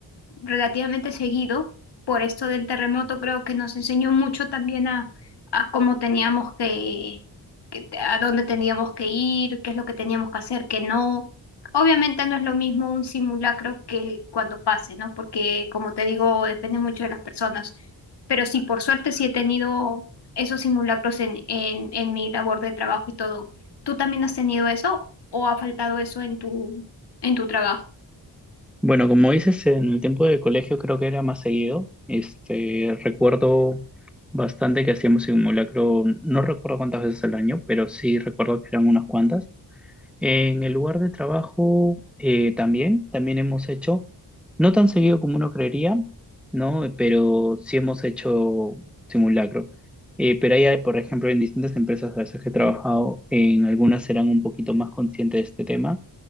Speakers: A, on the left; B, in the centre.
A: relativamente seguido. Por esto del terremoto creo que nos enseñó mucho también a, a cómo teníamos que, que- a dónde teníamos que ir, qué es lo que teníamos que hacer, qué no. Obviamente no es lo mismo un simulacro que el- cuando pase, ¿no? Porque como te digo, depende mucho de las personas. Pero sí, por suerte sí he tenido esos simulacros en, en, en mi labor de trabajo y todo. ¿Tú también has tenido eso o ha faltado eso en tu, en tu trabajo?
B: Bueno, como dices, en el tiempo de colegio creo que era más seguido. Este, recuerdo bastante que hacíamos simulacro, no recuerdo cuántas veces al año, pero sí recuerdo que eran unas cuantas. En el lugar de trabajo eh, también, también hemos hecho, no tan seguido como uno creería, ¿no? Eh, Pero sí hemos hecho simulacro. Eh, pero hay, por ejemplo, en distintas empresas a veces que he trabajado, en algunas eran un poquito más conscientes de este tema